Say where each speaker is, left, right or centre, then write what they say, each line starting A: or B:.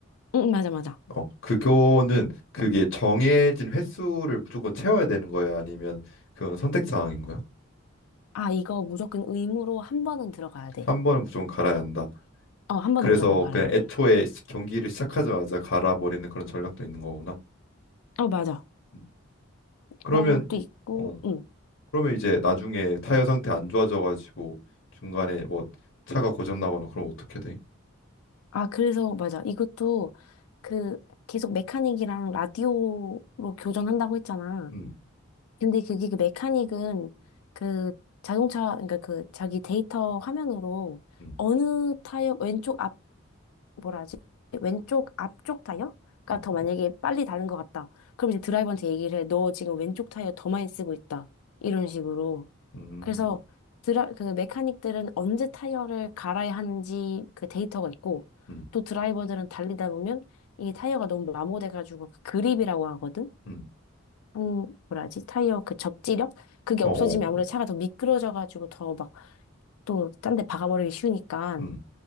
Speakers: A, on the left; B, on the left.
A: 응, 맞아, 맞아.
B: 어, 그거는 그게 정해진 횟수를 무조건 채워야 되는 거야? 아니면 그건 선택 사항인 거야?
A: 아, 이거 무조건 의무로 한 번은 들어가야 돼.
B: 한 번은 무조건 갈아야 한다.
A: 어, 한 번은
B: 그래서
A: 무조건 갈아야
B: 그냥
A: 돼.
B: 애초에 시- 경기를 시작하자마자 갈아버리는 그런 전략도 있는 거구나.
A: 어, 맞아.
B: 음. 그러면
A: 그런 것도
B: 이-
A: 있고,
B: 어
A: 응.
B: 그러면 이제 나중에 타이어 상태 안 좋아져가지고 중간에 뭐 차가 고장 나거나 그럼 어떻게 돼?
A: 아, 그래서, 맞아. 이것도 그 계속 메카닉이랑 라디오로 교전한다고 했잖아.
B: 음,
A: 근데 그게 그 메카닉은 그 자동차, 그러니까 그 자기 데이터 화면으로
B: 음,
A: 어느 타이어, 왼쪽 앞, 뭐라지? 왼쪽 앞쪽 타이어가
B: 음,
A: 더 만약에 빨리 다른 것 같다. 그럼 이제 드라이버한테 얘기를 해. 너 지금 왼쪽 타이어 더 많이 쓰고 있다. 이런 식으로.
B: 음,
A: 그래서 드라, 그 메카닉들은 언제 타이어를 갈아야 하는지 그 데이터가 있고
B: 음,
A: 또 드라이버들은 달리다 보면 이게 타이어가 너무 마모돼가지고 그 그립이라고 하거든?
B: 음,
A: 음, 뭐라지? 타이어 그 접지력? 그게
B: 어,
A: 없어지면
B: 어,
A: 아무래도 차가 더 미끄러져가지고 더 막 또 딴 데 박아버리기 쉬우니까
B: 음,